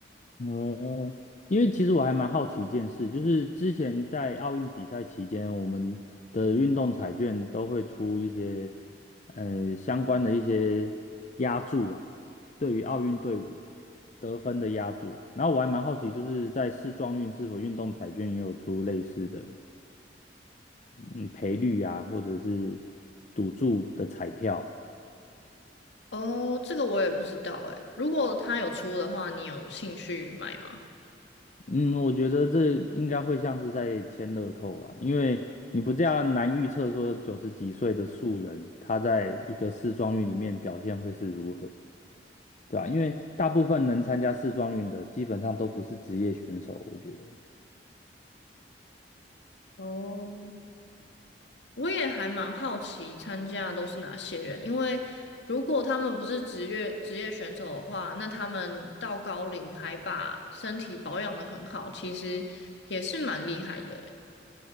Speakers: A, on the left; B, on the left.
A: 哦，因为其实我还蛮好奇一件事，就是之前在奥运比赛期间，我们的运动彩券都会出一些，呃，相关的一些押注啊，对于奥运队伍嘛，得分的押注。然后我还蛮好奇，就是在世壮运是否运动彩券也有出类似的，嗯，赔率啊，或者是赌注的彩票。
B: 哦，这个我也不知道诶，如果他有出的话，你有兴趣买吗？
A: 嗯，我觉得这应该会像是在签乐透啊，因为你不这样难预测说九十几岁的素人他在一个世壮运里面表现会是如何，对吧？因为大部分能参加世壮运的基本上都不是职业选手，我觉得
B: 哦，我也还蛮好奇参加的都是哪些人，因为如果他们不是职业职业选手的话，那他们到高龄还把身体保养的很好，其实也是蛮厉害的欸